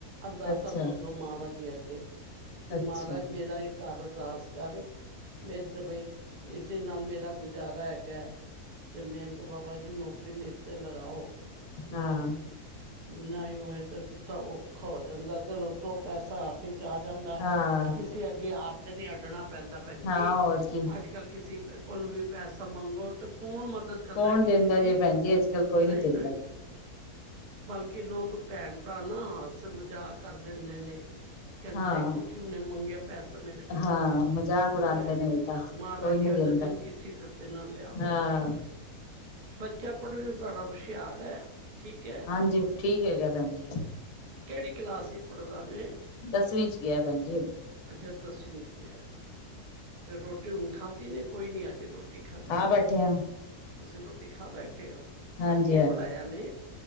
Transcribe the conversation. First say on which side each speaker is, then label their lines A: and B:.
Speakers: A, on the right (about 80°); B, on the left (about 70°).
A: ਅਰਦਾਸਾ
B: ਅੱਛਾ
A: ਸੋਜੋ। ਮਹਾਰਾਜ ਜੀ ਅੱਗੇ ਕਿ
B: ਅੱਛਾ
A: ਮਹਾਰਾਜ ਮੇਰਾ ਇੱਕ ਘਰ ਅਰਦਾਸ ਕਰ ਮੇਰੇ ਤੇ ਬਈ ਇਸੀ ਨਾਲ ਮੇਰਾ ਗੁਜ਼ਾਰਾ ਹੈਗਾ। ਤੇ ਮੈਨੂੰ ਤੋਂ ਬਾਬਾ ਜੀ ਨੌਕਰੀ ਮੇਰੇ ਤੇ ਲਗਾਓ ਮੈਂ
B: ਹਾਂ
A: ਨਾ ਉਹੀ ਤੇ ਕਿੱਥਾ ਔਖਾ ਹੋ ਜਾਂਦਾ ਚਲੋ ਦੋ ਪੈਸਾ ਹੱਥ ਚ ਆ ਜਾਂਦਾ।
B: ਹਾਂ
A: ਕਿਸੇ ਅੱਗੇ ਹੱਥ ਨਹੀਂ ਅੱਡਣਾ ਪੈਂਦਾ ਭੈਣ
B: ਹਾਂ
A: ਜੀ
B: ਹੋਰ ਕੀ
A: ਅੱਜ ਕੱਲ ਕਿਸੇ ਕੋਲ ਵੀ ਪੈਸਾ ਮੰਗੋ ਤੇ ਕੌਣ ਮਦਦ ਕਰਦਾ
B: ਕੌਣ ਦਿੰਦਾ
A: ਕਿਸੇ ਦੀ
B: ਜੇ ਭੈਣ ਜੀ, ਅੱਜ ਕੱਲ ਕੋਈ
A: ਨਹੀਂ
B: ਨੀ ਦਿੰਦਾ।
A: ਨਹੀਂ ਬਲਕਿ ਲੋਕ ਭੈਣ ਭਰਾ ਨਾ ਹੱਸ ਮਜ਼ਾਕ ਕਰ ਦਿੰਦੇ ਨੇ। ਕਹਿੰਦੇ
B: ਹਾਂ
A: ਦੇਖੋ ਜੀ ਉਹਨੇ ਮੰਗਿਆ ਪੈਸਾ ਮੇਰੇ ਕੋਲੋ
B: ਹਾਂ ਮਜ਼ਾਕ ਉਡਾਉਂਦੇ
A: ਹਾਂ
B: ਨੇ ਉਲਟਾ
A: ਮਹਾਰਾਜ
B: ਕੋਈ
A: ਜੀ
B: ਨੀ
A: ਇਹੋ
B: ਦਿੰਦਾ
A: ਜਿਹੇ ਦਿਨ ਕਿਸੇ ਤੇ ਓਤੇ ਨਾ ਲਿਆਵੇ
B: ਹਾਂ
A: ਭਾਈ ਬੱਚਾ ਪੜ੍ਹਨ ਨੂੰ ਤੁਹਾਡਾ ਹੁਸ਼ਿਆਰ ਹੈ। ਠੀਕ ਹੈ
B: ਹਾਂਜੀ, ਠੀਕ ਹੈਗਾ ਭੈਣ ਜੀ।
A: ਕੇੜੀ ਕਲਾਸ ਚ ਪੜਦਾ ਵੇ?
B: ਦਸਵੀਂ ਚ ਗਿਆ ਭੈਣ ਜੀ ਹੁਣ
A: ਅੱਛਾ ਤੁਸੀਂ ਕਿਹਾ। ਤੇ ਰੋਟੀ ਹੁਣ ਖਾਦੀ ਨੇ ਕੋਈ ਨੀ ਅਜੇ ਰੋਟੀ ਖਾਧੀ
B: ਖਾ
A: ਨੇ।
B: ਬੈਠੇ ਆ
A: ਤੁਸੀਂ ਰੋਟੀ ਖਾ ਬੈਠੇ ਹੋ?
B: ਹਾਂਜੀ-ਹਾਂਜੀ,
A: ਅੱਜ ਕੇ ਬਣਾਇਆ ਨੇ